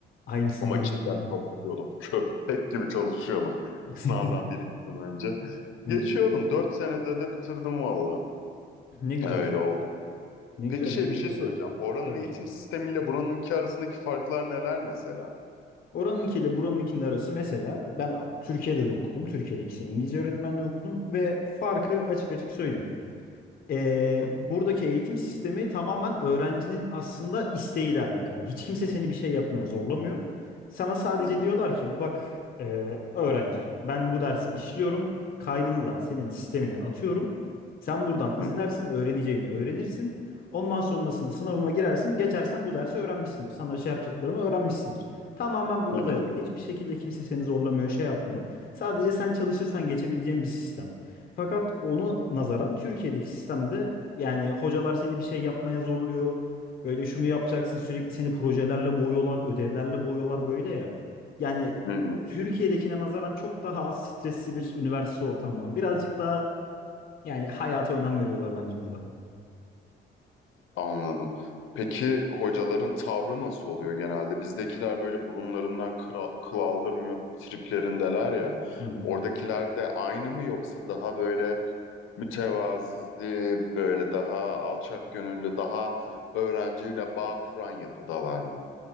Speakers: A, on the left; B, on the left.
A: Aynısını
B: Ama
A: ben
B: cidden
A: de yapıyorum.
B: çalışıyordum. Köpek gibi çalışıyordum. <laughs>
A: <laughs>
B: Sınavdan bir iki gün önce.
A: Hı.
B: Geçiyordum. Dört senede de bitirdim valla.
A: Ne güzel.
B: Öyle oldu.
A: Ne
B: Peki
A: güzel
B: şey
A: iyiymiş
B: bir şey
A: baya.
B: söyleyeceğim. Oranın
A: Tabii
B: eğitim
A: ki.
B: sistemiyle buranınki arasındaki farklar neler mesela?
A: Oranınkiyle buranınkinin arası mesela ben Türkiye'de de okudum. Türkiye'de iki sene İngilizce öğretmenliği okudum ve farkı açık açık söyleyeyim. Ee,
B: Hı,
A: buradaki eğitim sistemi tamamen öğrencinin aslında isteğiyle alakalı. Hiç kimse seni bir şey yapmaya zorlamıyor. Sana sadece
B: hı, hı,
A: diyorlar ki bak e, öğrenci ben bu dersi işliyorum. Kaydını da senin sistemine atıyorum. Sen buradan izlersin,
B: hı,
A: öğreneceğini öğrenirsin. Ondan sonrasında sınavıma girersin. Geçersen bu dersi öğrenmişsindir. Sana şey yapacaklarımı öğrenmişsindir. Tamamen buna
B: hı,
A: dayalı. Hiçbir şekilde kimse seni zorlamıyor, şey yapmıyor. Sadece sen çalışırsan geçebileceğin bir sistem. Fakat onu nazaran Türkiye'deki sistemde yani hocalar seni bir şey yapmaya zorluyor. Böyle şunu yapacaksın sürekli seni projelerle boğuyorlar, ödevlerle boğuyorlar böyle ya. Yani
B: hı, hı.
A: Türkiye'dekine nazaran çok daha az stresli bir üniversite ortamı var. Birazcık daha yani hayata önem veriyorlar bence burada.
B: Anladım. Peki hocaların tavrı nasıl oluyor genelde? Bizdekiler böyle burunlarından kıra, kıl aldırmıyor triplerindeler ya.
A: Hı hı.
B: Oradakiler de aynı mı yoksa daha böyle mütevazi, böyle daha alçak gönüllü, daha öğrenciyle bağ kuran yapıdalar mı?